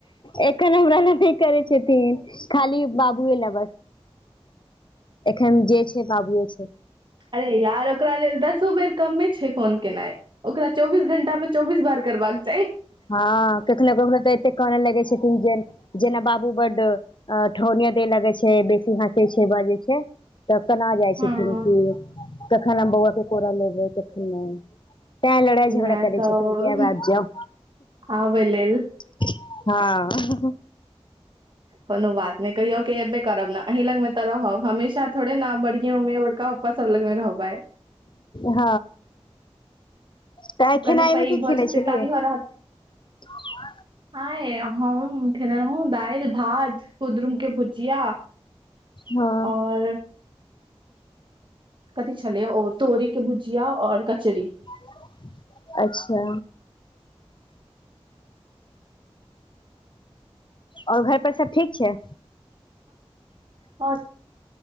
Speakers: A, on the left (about 50°); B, on the right (about 50°).
A: एखन हमरा ल नहि करै छथिन खाली बाबुए लए बस एखन जँ छै बाबुए छै।
B: अरे यार ओकरा लेल दसो बेर कमे छै फोन केनाइ ओकरा चौबीस घंटा में चौबीस बार करबाक चाही।
A: ह केखने केखनो तऽ एते काने लगे छथिन जँ जेना बाबू बड्ड अ ठौनिया दे लगे छै बेसी हसै छै बाजै छै। तऽ तना जाइ
B: हँ
A: छै फेरो कऽ कखन हम बौआ कऽ कोड़ा लेबै कखन नहि। तऽ लड़ाए झगड़ा
B: मे
A: करै
B: सब
A: छथिन कऽ आब आएब जाउ
B: आबै लेल
A: <unintelligible> ह ह-ह
B: कुनू बात नहि कहियो कऽ एबे करब नहि। अही लग मे ते रहब हमेशा थोड़े नहि बड़की मम्मी बड़का पप्पा सब लग मे रहबे।
A: ह तऽ आय
B: कनि
A: खेनाए
B: पैघ
A: मे कऽ
B: भऽ
A: खेनै
B: जेतै
A: छलियै?
B: ताबे रहत
A: <inaudible>
B: आय हम खेने रहौ दाएल भात कुद्रुम कऽ भुजिया
A: हँ
B: और कथी छलै ओ तोरी कऽ भुजिया और कचरी।
A: <unintelligible> अच्छा और घरपर सब ठीक छै?
B: और <unintelligible>